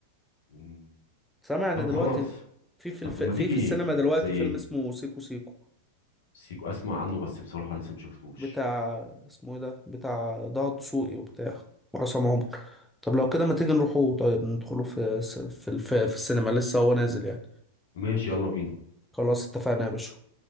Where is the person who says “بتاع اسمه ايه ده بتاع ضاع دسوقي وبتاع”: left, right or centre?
Centre